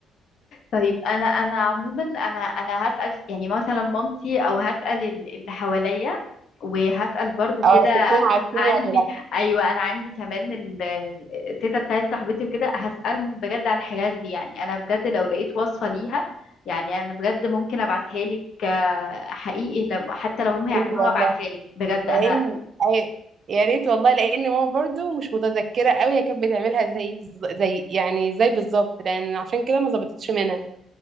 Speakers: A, on the left; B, on the right.
A: طيب انا انا عموما انا انا هسأل يعني مثلا مامتي او هسأل ال- اللي حواليا وهسأل برضو كده
B: اه شفتهم عارفين
A: عندي
B: ولا لا
A: ايوه انا عندي كمان ال- التيتا بتاعت صاحبتي وكده هسألهم بجد على الحاجات دي يعني انا بجد لو لقيت وصفة ليها يعني انا بجد ممكن ابعتها لك آه، حقيقي لو- حتى لو هم هيعملوها
B: يا ريت والله
A: ابعتها لك بجد
B: لان
A: انا
B: أي... يا ريت والله لان ماما برضو مش متذكره قوي هي كانت بتعملها زي زي يعني زي بالظبط لان عشان كده ما ظبطتش منها